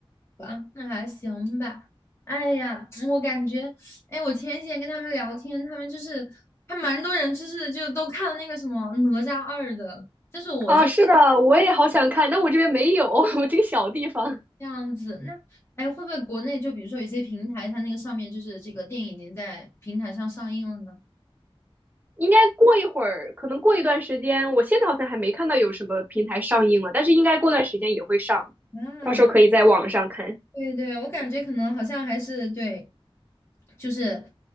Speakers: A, on the left (about 25°); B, on the right (about 15°).
A: 吧，那还行吧。哎呀，我感觉，哎，我前几天跟他们聊天，他们就是还蛮多人，就是就都看了那个什么《哪吒二》的，就是我这
B: 啊。是的，我也好想看，但我这边没有，<laughs> 我这个小地方。
A: 这样子。那哎，会不会国内就比如说有些平台，它那个上面就是这个电影已经在平台上上映了呢？
B: 应该过一会儿，可能过一段时间，我现在好像还没看到有什么平台上映了，但是应该过段时间也会上，
A: 啊，
B: 到时候可以在网上看。
A: 对对，我感觉可能好像还是对，就是